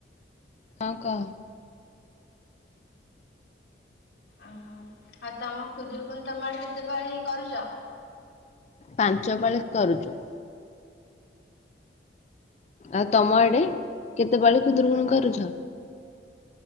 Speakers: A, on the left; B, on the left.
A: ହଁ କହ?
B: ଆହା ଆଉ ତମ ଖୁଦୁରକୁଣି ତମ ଆଡେ କେତେପାଳି କରୁଛ?
A: ପାଞ୍ଚ ପାଳି କରୁଛୁ। ଆଉ
B: ଓହୋ।
A: ତମ ଆଡେ କେତେପାଳି ଖୁଦୂରୁକୁଣି କରୁଛ?